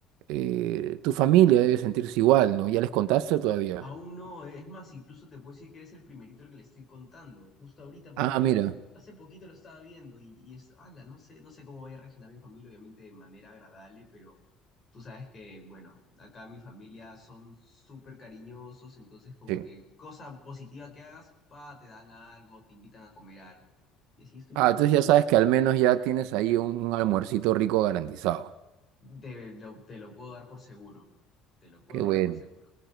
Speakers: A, on the right; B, on the left.
A: eh, tu familia debe sentirse igual, ¿no? ¿Ya les contaste todavía?
B: Aún no, eh, es más, incluso te puedo decir que eres el primerito al que le estoy contando, justo ahorita, porque
A: Ah, mira.
B: hace poquito lo estaba viendo y, y es, ala, no sé, no sé cómo vaya a reaccionar mi familia, obviamente de manera agradable, pero tú sabes que, bueno, acá mi familia son súper cariñosos, entonces como
A: Sí.
B: que cosa positiva que hagas, pa, te dan algo, te invitan a comer algo. Y así estoy
A: Ah,
B: muy contento.
A: entonces ya sabes que al menos ya tienes ahí un un almuercito rico garantizado.
B: Te lo, te lo puedo dar por seguro, te lo puedo
A: Qué bueno.
B: dar por seguro.